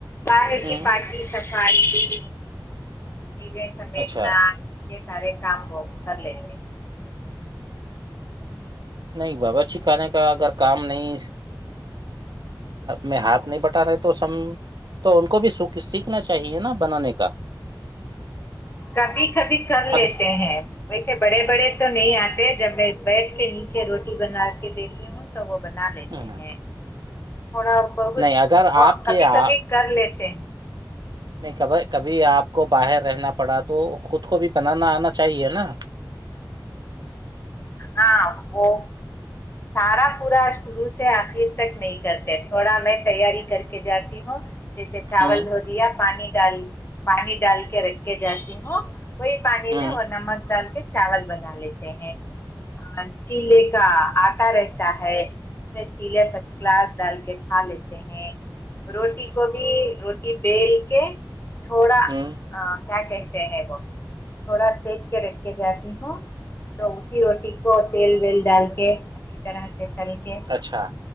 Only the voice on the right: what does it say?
ہوں
اچھا
نہیں باورچ خانے کا اگر کام نہیں میں ہاتھ نہیں بٹ ے تو س تو ان کو بھی س سیکھنا چاہیے نا بنانے کا
ابھی
ہوں،
نہیں اگر آپ کے
آپ
نہیں کب کبھی آپ کو باہر رہنا پڑا تو خود کو بھی بنانا آنا چاہیے نا
ہوں
ہوں
ہوں
اچھا